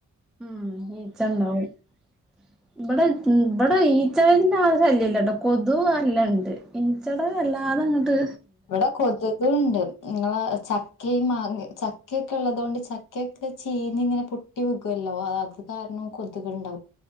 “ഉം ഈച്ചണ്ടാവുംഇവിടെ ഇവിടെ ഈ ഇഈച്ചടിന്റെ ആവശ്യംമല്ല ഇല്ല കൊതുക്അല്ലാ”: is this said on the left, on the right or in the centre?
Centre